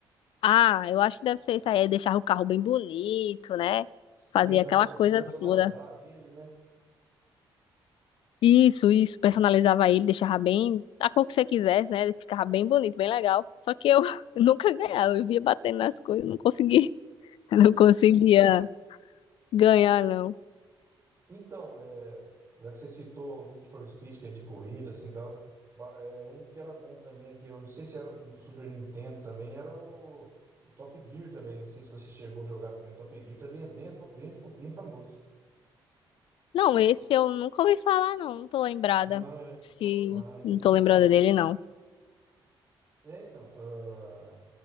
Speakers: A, on the left; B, on the right.
A: Ah, eu acho que deve ser isso aí, é deixar o carro bem bonito, né?
B: Sim,
A: Fazia
B: dá
A: aquela
B: pra você
A: coisa
B: personalizar
A: toda.
B: ele, né?
A: Isso, isso, personalizava ele, deixava bem, a cor que você quisesse, né? Ele Ficava bem bonito, bem legal. Só que eu <laughs> nunca ganhava, eu via batendo nas coisas, não conseguia, <laughs> não conseguia ganhar, não.
B: Então, é, já que você citou o Need for Speed, que é de corrida, assim, tal, ba- é, um que era bom também, que eu não sei se era do Super Nintendo também, era o, o Top Gear também, não sei se você chegou a jogar também, o Top Gear também é bem, fa- bem, fa- bem famoso.
A: Não, esse eu nunca ouvi falar, não, não tô lembrada.
B: Não, é-
A: Se
B: não, ele
A: não
B: é bem
A: tô lembrada
B: famoso.
A: dele, não.
B: É, então, ah,